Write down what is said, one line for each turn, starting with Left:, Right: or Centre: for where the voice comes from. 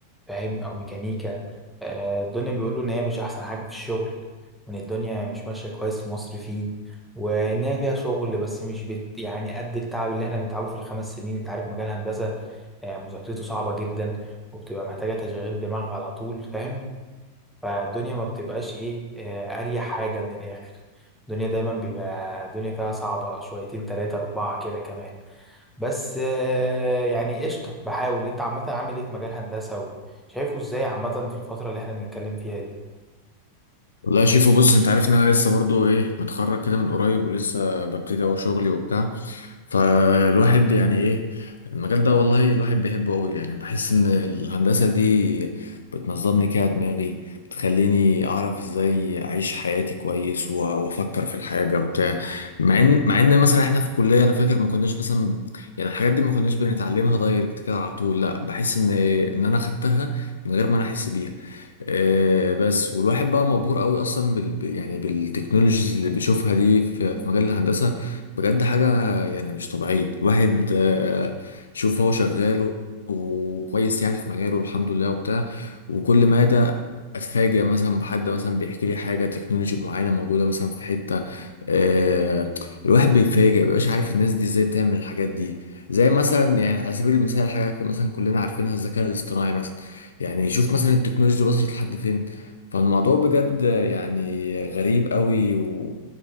Centre: فاهم او ميكانيكا آه، الدنيا بيقولوا ان هي مش احسن حاجه في الشغل وان الدنيا مش ماشيه كويس في مصر فيه وان هي فيها شغل بس مش بت يعني قد التعب اللي احنا بنتعبه في الخمس سنين انت عارف مجال هندسه آه، مذاكرته صعبه جدا وبتبقى محتاجه تشغيل دماغ على طول فاهم فالدنيا ما بتبقاش ايه آه، اريح حاجه من الاخر الدنيا دايما بيبقى الدنيا فيها صعبه شويتين تلاتة اربعه كده كمان بس آه، يعني قشطة بحاول انت عامة عامل ايه في مجال هندسة وشايفه ازاي عامة في الفترة اللي احنا بنتكلم فيها دي
Left: والله يا شيفو بص انت عارف ان انا لسه برضو ايه متخرج كده من قريب ولسه ببتدي اهو شغلي وبتاع فالواحد يعني ايه المجال ده والله الواحد بيحبه قوي يعني بحس ان الهندسة دي بتنظمني كده دماغي بتخليني اعرف ازاي اعيش حياتي كويس و- وافكر في الحاجة وبتاع مع ان مع ان مثلا احنا في الكلية انا فاكر ما كناش مثلا يعني الحاجات دي ما كناش بنتعلمها دايركت كده على طول لا بحس ان إيه، ان انا خدتها من غير ما انا احس بيها آه، بس والواحد بقى مبهور قوي اصلا بال ب- يعني بالتكنولوجيز اللي بيشوفها دي في في مجال الهندسه بجد حاجه يعني مش طبيعيه الواحد آه، شوف هو شغال و- وكويس يعني في مجاله الحمد لله وبتاع وكل ما ده اتفاجئ مثلا بحد مثلا بيحكي لي حاجه تكنولوجي معينه موجوده مثلا في حته آه، الواحد بيتفاجئ مبقاش عارف الناس دي ازاي بتعمل الحاجات دي زي مثلا يعني على سبيل المثال حاجه مثلا كلنا عارفينها الذكاء الاصطناعي مثلا يعني شوف مثلا التكنولوجيا وصلت لحد فين فالموضوع بجد يعني غريب قوي ولو